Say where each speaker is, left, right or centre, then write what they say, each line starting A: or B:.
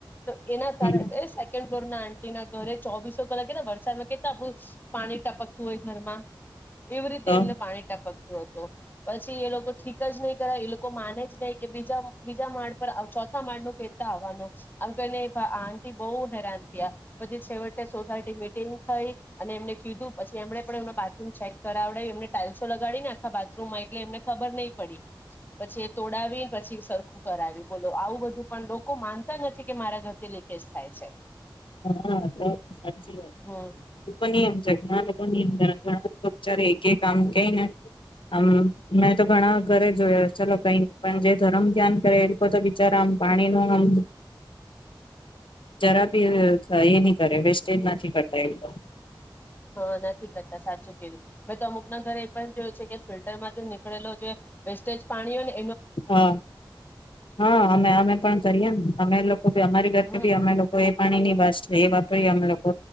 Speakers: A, on the left; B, on the left.
A: તો એના
B: હમ
A: તારને સેકન્ડ આ ના ઘરે ચોવીસો કલાક કે વરસાદમાં કેતા પાણી ટપકતું હોય ઘરમાં એવી રીતે
B: તો
A: એમને પાણી ટપક. હતો. પછી એ લોકો ઠીક જ નહીં. માને જ નહી બીજા માળ પર ચોથા માળ ન કતા આવવાનુંમ કને આ બહ હેરાન થયા પછી છેટે સોસાયટી મીટિંગ થઈ અને એમને કીધું પછ એમને પણ એમ બાથરૂમ ચેક કરાવડાવ્યો એમને ટાઇલ્સો લગાડી ને આખા બાથરૂમ માં એટલે એમને ખબર નહી પડી. પછી એ તોડાવી પછી સરખું કરાવ્યું બોલો આવું બધું પણ લોકો માનતા નથી કે મારા ઘર થી લીકેજ થાય છે.
B: હા સાચી વાત
A: હમ
B: પણ્ છે. જ્ઞાનમાર્ગી ઘણા લોકો બચ એક એક આમ કઈ ને આમ મેં તો ઘણા ઘરે જોયા ચલો કઈ પણ જે ધરમ ધ્યાન કરે એ લોકો તો બિચારા આમ પાણી ન આમ જરા. એ નહી કરે વેસ્ટેજ નથી કરતા. એ લોકો
A: હા નથી કરતા સાચું કીધું મે તો અમુક ના ઘરે એ પણ જોય છે. કે ફિલ્ટર માંથી નીકળેલો જે વેસ્ટેજ પાણી હોય નેં
B: હા, હા અમે અમે પણ કરીએ ને અમે લોકોની અમારી ઘર
A: હમ
B: ભી અમે લોકો એ પાણી ની વેસ્ટ છે. એ વાત. મ લોકો